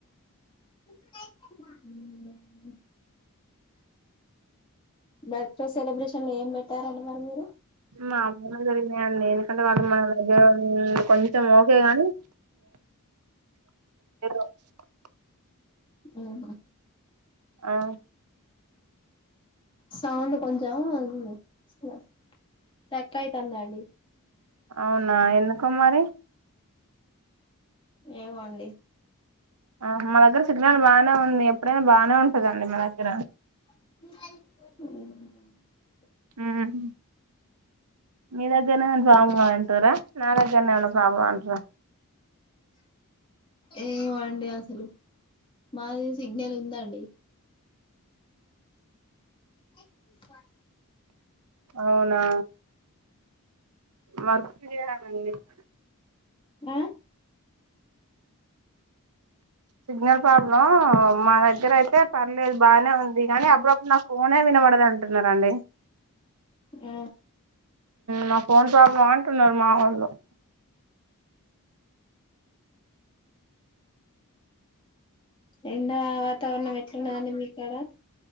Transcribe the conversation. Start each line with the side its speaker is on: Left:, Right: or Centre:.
Left: ఉమ్ బర్త్ డే సెలబ్రేషన్ లో ఏం పెట్టారండి మరి మీరు
Right: నార్మల్ గా జరిగినాయండి ఎందుకంటే వాళ్ళు మన దగ్గర కొంచెం ఓకే గాని <unintelligible>
Left: ఉహు
Right: ఆ
Left: సౌండు కొంచం ఇది స్ట్రక్ అయితాందండి
Right: అవునా ఎందుకు మరి
Left: ఏమో అండి
Right: అహా మా దగ్గర సిగ్నల్ బాగానే ఉంది ఎప్పుడైనా బాగానే ఉంటదండి మా దగ్గర
Left: హూమ్
Right: హుమ్ మీ దగ్గరనేవన్నా ప్రాబ్లం అంటరా నా దగ్గరనే ఏవన్నా ఫ్రాబ్లం అంటారా
Left: ఏవో అండి అసలు మాది సి గ్నలు ఉందండి <unintelligible>
Right: అవునా వర్కు చేయాలండి <inaudible>
Left: ఆ
Right: సిగ్నల్ ప్రాబ్లం మా దగ్గర అయితే పర్లేదు బాగానే ఉంది కానీ అప్పుడప్పుడు నాకు ఫోనే వినబడదు అంటున్నరండీ
Left: హ
Right: నా ఫోన్ ప్రాబ్లమా అంటున్నారు మా వాళ్ళు <inaudible>
Left: ఎండా వాతావరణం ఎట్లా ఉన్నదండీ మీకాడ